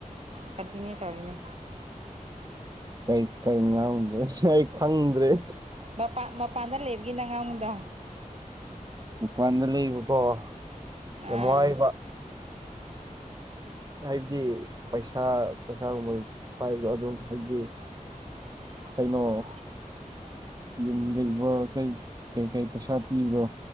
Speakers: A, on the right; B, on the right.
A: ꯀꯟꯇꯤꯅ꯭ꯌꯨ ꯇꯧꯔꯤꯅꯦ
B: ꯀꯩꯀꯩ ꯉꯥꯡꯗꯦ ꯑꯩ ꯈꯪꯗ꯭ꯔꯦ
A: ꯃꯄꯥꯟ ꯃꯄꯥꯟꯗ ꯂꯩꯕꯒꯤ ꯅ ꯑꯉꯥꯡꯗꯣ
B: ꯃꯄꯥꯟꯗ ꯂꯩꯕꯀꯣ
A: ꯑꯥ
B: ꯌꯥꯝꯏꯕ ꯍꯥꯏꯕꯗꯤ ꯄꯩꯁꯥ ꯄꯩꯁꯥꯒꯨꯝꯕ ꯄꯥꯏꯕꯗꯣ ꯑꯗꯨꯝ ꯍꯥꯏꯕꯗꯤ
A: <unintelligible>
B: ꯀꯩꯅꯣ ꯌꯨꯝ ꯂꯩꯕ ꯀꯩ ꯀꯩ ꯄꯩꯁꯥ ꯄꯤꯕꯣ